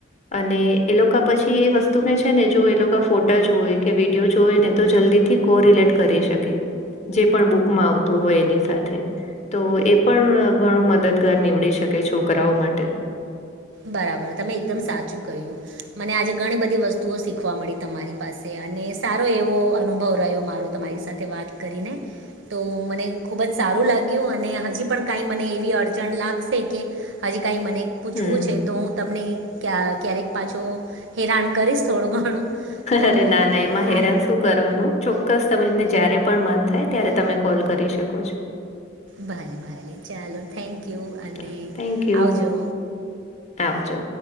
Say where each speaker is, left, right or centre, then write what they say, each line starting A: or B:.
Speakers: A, on the left (about 35°); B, on the right (about 70°).
A: અને એ લોકો પછી એ વસ્તુને છે, ને જો એ લોકો ફોટા જોવે કે વિડીયો જોવે, ને તો જલ્દી થી, કો રિલેટ કરી શકે જે પણ બુક મા આવતુ, હોય એને સાથે, તો એ પણ ઘણું મદદગાર નીવડી શકે છોકરાઓ, માટે
B: બરાબર, તમે એકદમ સાચું કહ્યું મને આજે ઘણી બધી વસ્તુઓ શીખવા મળી તમારી પાસે અને સારો, એવો અનુભવ રહ્યો મારો તમારી સાથે વાત કરીને તો મને ખુબ જ સારુ લાગ્યુ, અને હજી પણ કઈ મને એવી અડચણ લાગશે કે ક મને પૂછવું
A: હમ
B: છે, તો હુ તમને ક્યારેક પાછો હેરાન કરીશ થોડું ઘણું તો
A: અરે, ના ના એમાં
B: આ
A: હેરાન શું કરવાનું ચોક્કસ, તમને જ્યારે પણ મન થાય ત્યારે તમે કોલ કરી શકો છો.
B: ભલે ભલે ચાલો, થેન્ક યુ અને
A: ચલો થેન્ક યુ
B: આવજો
A: આવજો